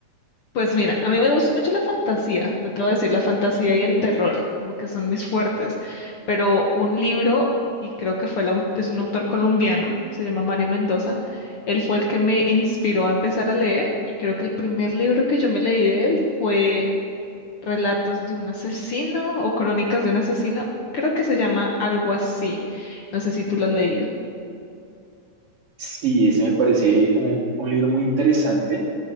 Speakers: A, on the left; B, on the right.
A: Pues mira, a mí me gusta mucho la fantasía, no te voy a decir la fantasía y el terror, como que son mis fuertes, pero un libro, y creo que fue el au- es un autor colombiano, se llama Mario Mendoza, él fue el que me inspiró a empezar a leer y creo que el primer libro que yo me leí de él fue Relatos de un asesino o Crónicas de un asesino. Creo que se llama algo así. No sé si tú lo has leído.
B: Sí, ese me parece un, un libro muy interesante,